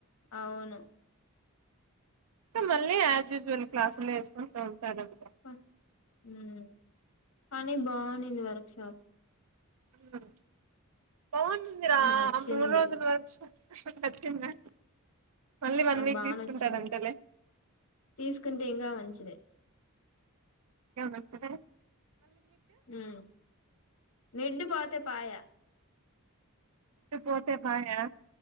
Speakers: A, on the left (about 65°); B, on the right (about 80°).
A: అవును
B: మళ్ళీ యాజ్ యూజువల్ క్లాసులు ఏసుకుంటూ ఉంటారండి
A: ప హ్మ్ కానీ బావుండింది వర్క్ షాప్
B: ఉ పోనుందరా
A: నాకు నచ్చింది
B: ఆ మూడు రోజులు వర్షం ఆశోకు నచ్చిందా. మళ్ళీ వన్
A: నాకు
B: వీక్
A: బానచ్చింది
B: తీసుకుంటాడంటలే
A: తీసుకుంటే ఇంగా మం చిదే
B: ఎం నచ్చలే
A: హా మిడు పోతే పాయె.
B: మిడ్ పోతే పాయ